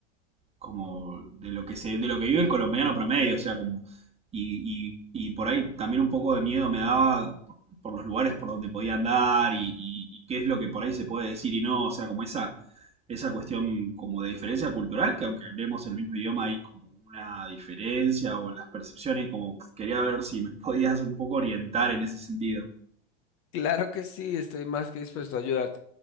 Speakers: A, on the right (about 20°); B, on the left (about 40°).
A: como, de lo que se, de lo que vive el colombiano promedio, o sea, como, y, y- y por ahí también un poco de miedo me daba por los lugares por donde podía andar y, y- y qué es lo que por ahí se puede decir y no, o sea, como esa, esa cuestión como de diferencia cultural, que aunque hablemos el mismo idioma hay como una diferencia o las percepciones, como quería ver si me <laughs> podías un poco orientar en ese sentido.
B: Claro que sí, estoy más que dispuesto a ayudarte.